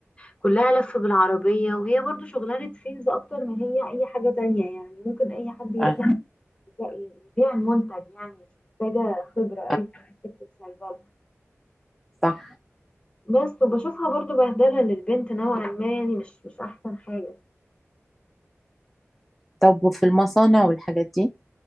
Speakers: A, on the left; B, in the centre.
A: كلها لف بالعربية وهي برضو شغلانة سيلز اكتر ما هي اي حاجة تانية يعني ممكن اي حد يقدر
B: آه،
A: يبيع يبيع المنتج يعني مش محتاجة خبرة قوي
B: آه،
A: في حتة الصيدلة
B: صح
A: بس وبشوفها برضو بهدلة للبنت نوعا ما يعني مش مش احسن حاجة
B: طب وفي المصانع والحاجات دي